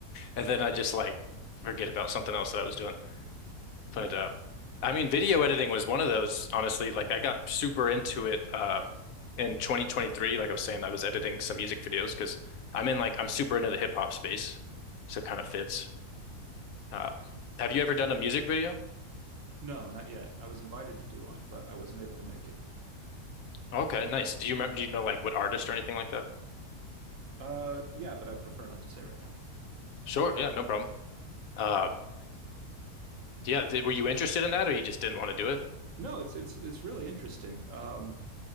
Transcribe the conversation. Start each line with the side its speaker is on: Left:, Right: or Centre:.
Left: And then I just like forget about something else that I was doing. But
Right: <laughs>
Left: uh I mean video editing was one of those, honestly. Like I got super into it uh in 2023, like I was saying, I was editing some music videos because I'm in like I'm super into the hip hop space. So it kind of fits. Um have you ever done a music video?
Right: No, not yet. I was invited to do one, but I wasn't able to make it.
Left: Okay, nice. Do you remember do you know like what artist or anything like that?
Right: Uh, yeah, but I prefer not to say right now.
Left: Sure. Yeah, no problem. Uh, yeah, did, were you interested in that or you just didn't want to do it?
Right: No, it's it's it's really interesting. Um,